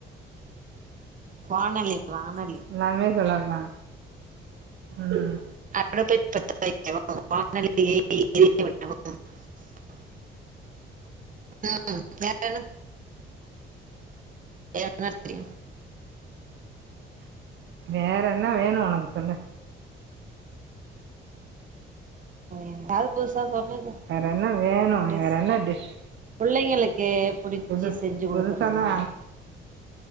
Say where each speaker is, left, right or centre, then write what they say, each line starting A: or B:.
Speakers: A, on the right; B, on the right.
A: வானலி வானலி
B: எல்லாமே சொல்லனுமா ம்
A: <inaudible> ம் வேற என்ன என்ன தெரியு
B: வேற என்ன வேணு உனக்கு சொல்லு
A: எதாது புதுசா சொல்லுங்க
B: வேற என்ன வேணு
A: பிளீஸ்
B: வேற என்ன டிஷ்
A: புள்ளைங்களுக்கு புடிச்சு
B: புதுஸ்
A: செஞ்சு குடுக்கறது
B: புதுசான்னா
A: மாதிரி